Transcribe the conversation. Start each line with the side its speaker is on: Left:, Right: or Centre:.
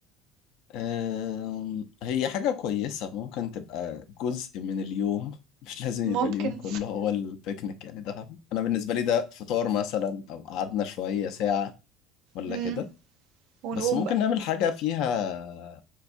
Left: أم، هي حاجة كويسة ممكن تبقى جزء من اليوم <laughs> مش لازم
Right: ممكن
Left: يبقى اليوم كله هو البيكنيك يعني ده أنا بالنسبة لي ده فطار مثلا أو قعدنا شوية ساعة ولا
Right: مم.
Left: كده
Right: ونقوم
Left: بس ممكن
Right: بقى
Left: نعمل حاجة فيها